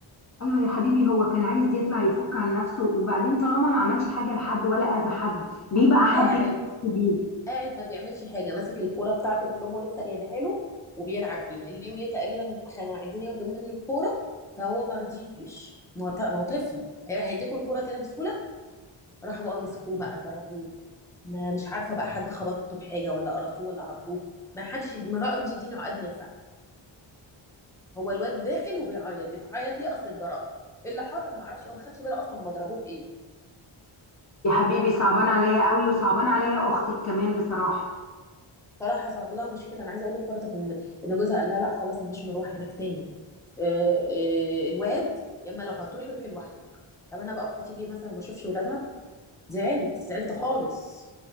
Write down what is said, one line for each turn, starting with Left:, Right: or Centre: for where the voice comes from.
Left: ايوه يا حبيبي هو كان عايز يطلع يفك عن نفسه وبعدين طالما ما عملش حاجه لحد ولا اذى حد ليه بقى حد
Centre: قاعد
Left: يحس بيه
Centre: قاعد ما بيعملش حاجه ماسك الكوره بتاعته اللي امه لسه جايباها له وبيلعب بيها ليه وليه تقريبا كانوا عايزين ياخدوا منه الكوره فهو ما رضيش ما هو ط- ما هو طفل هي- هيديكوا الكوره كده بسهوله راحوا بقى مسكوه بقى ضربوه ما مش عارفه بقى حد خبطه بحاجه ولا قرصوه ولا عضوه ما حدش يد- ما راضي يديني عقد نافع هو الواد داخل وبيعيط بتعيط ليه اصل اتضرب إيه اللي حصل ما اعرفش هو ما خدش باله اصلا هم ضربوه بايه
Left: يا حبيبي صعبان عليا قوي وصعبان عليا اختك كمان بصراحه
Centre: طلع حصل لها مشكله انا عايزه اقول لك برضه ان ان جوزها قال لها لا خلاص مش مروح هناك تاني آه، آه، الواد يا اما لو هتروحي روحي لوحدك طب انا بقى اختي تيجي مثلا وما اشوفش ولادها زعلت زعلت خالص